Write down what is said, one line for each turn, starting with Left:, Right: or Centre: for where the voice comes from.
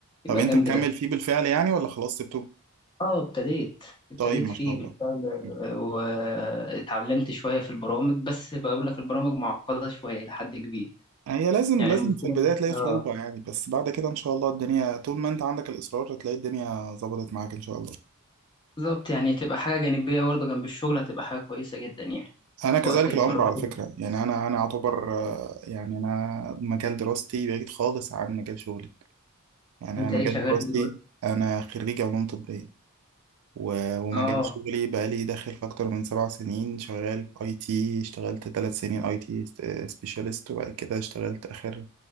Right: طب
Left: يبقى
Right: انت
Left: جنب
Right: مكمل
Left: ده
Right: فيه بالفعل يعني ولا خلاص سبته
Left: اه ابتديت ابتديت
Right: طيب ما
Left: فيه
Right: شاء الله
Left: بالفعل
Right: مم.
Left: واتعلمت شويه في البرامج بس بقول لك البرامج معقده شويه لحد كبير
Right: هي لازم
Left: يعني
Right: لازم
Left: المشكله
Right: في البداية
Left: مش
Right: تلاقي
Left: اه
Right: صعوبة يعني بس بعد كده إن شاء الله الدنيا طول ما أنت عندك الإصرار هتلاقي الدنيا ظبطت معاك إن شاء الله
Left: بالظبط يعني تبقى حاجه جانبيه برضه جنب الشغل هتبقى حاجه كويسه جدا يعني
Right: أنا كذلك
Left: وقت الفراغ
Right: الأمر على
Left: كده
Right: فكرة يعني أنا أنا أعتبر آه، يعني أنا مجال دراستي بعيد خالص عن مجال شغلي يعني
Left: انت
Right: أنا مجال
Left: ايه شغال
Right: دراستي
Left: إيه دلوقتي
Right: أنا خريج علوم طبية و- ومجال
Left: اه
Right: شغلي بقالي داخل في أكتر من سبع سنين شغال في أي تي اشتغلت ثلاث سنين أي تي سبيشالست وبعد كده اشتغلت آخر